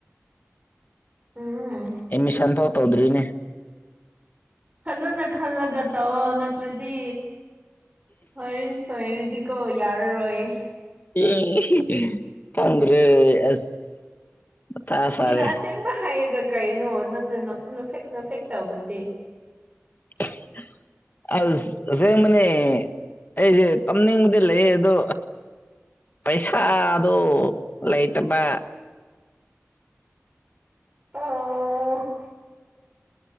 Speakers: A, on the right (about 30°); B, on the left (about 40°).
A: ꯎꯝ
B: ꯑꯦꯠꯃꯤꯁꯟꯐꯧ ꯇꯧꯗ꯭ꯔꯤꯅꯦ
A: ꯐꯖꯅ ꯈꯜꯂꯒ ꯇꯧꯋꯣ ꯅꯠꯇ꯭ꯔꯗꯤ ꯍꯣꯔꯦꯟ ꯁꯣꯏꯔꯗꯤꯀꯣ ꯌꯥꯔꯔꯣꯏ
B: <unintelligible> ꯈꯪꯗ꯭ꯔꯦ ꯑꯁ ꯃꯊꯥ ꯁꯥꯔꯦ
A: ꯃꯤꯅ ꯑꯁꯦꯡꯕ ꯍꯥꯏꯔꯒ ꯀꯔꯤꯅꯣ ꯅꯪꯅ ꯅꯣꯛ ꯅꯣꯐꯦꯛ ꯅꯣꯐꯦꯛ ꯇꯧꯕꯁꯤ
B: <unintelligible> ꯑꯁ ꯑꯁꯦꯕꯅꯦ ꯑꯩꯖꯦ ꯇꯝꯅꯤꯡꯕꯗꯤ ꯂꯩꯌꯦ ꯑꯗꯣ ꯄꯩꯁꯥꯗꯣ ꯂꯩꯇꯕꯥ
A: ꯑꯣ